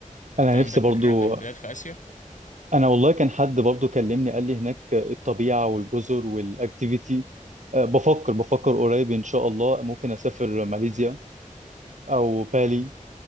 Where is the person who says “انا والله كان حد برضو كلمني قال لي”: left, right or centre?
Right